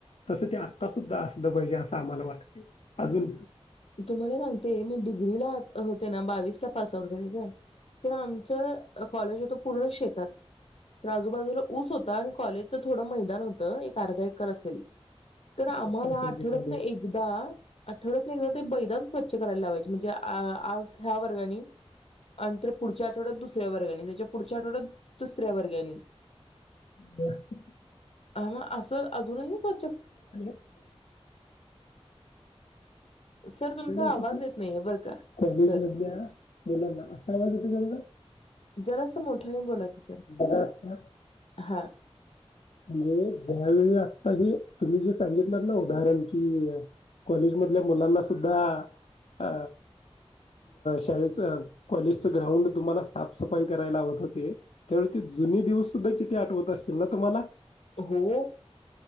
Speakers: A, on the left (about 80°); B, on the left (about 70°).
A: तसं ते आत्ता सुुद्धा असलं पाहिजे असं आम्हाला वाटतय अजून
B: तुम्हाला सांगते मी डिग्रीला होते ना बावीसला पास आउट झाले काय तर आमच्या कॉलेज होत पूर्ण शेतात तर आजूबाजूला ऊस होता आणि कॉलेजचं थोडं मैदान होतं एक अर्धा एकर असेल तर आम्हाला
A: मस्त असेल
B: आठवड्यात
A: ते कॉलेज
B: ना एकदा आठवड्यात त्याज ते बैदम स्वच्छ करायला लावायचे म्हणजे आ आज ह्या वर्गानी आण तर पुढच्या आठवड्यात दुस ऱ्या वर्गानी त्याच्या पुढच्या आठवड्यात दुसऱ्या वर्गानी
A: <inaudible>
B: हं असं अजून ही स्व
A: <inaudible> <unintelligible>
B: सर तुमचा
A: अस
B: आवाज
A: ते
B: येत नाहीये बरं का
A: कॉलेज
B: सर
A: मधल्या मुलांना आता आवाज येत का <unintelligible>
B: जरासं मोठ्याने बोला की सर
A: बघा आता
B: हा
A: म्हणजे ज्यावेळी आत्ता हे तुम्ही जे सांगितलंत ना उदाहरण कि कॉलेज मधल्या मुलांना सुद्धा अ शाळेच कॉलेजच ग्राउंड तुम्हाला साफसफाई करायला लावत होते त्यावेळी ते जुनी दिवस सुद्धा किती आठवत असतील ना तुम्हाला आम
B: हो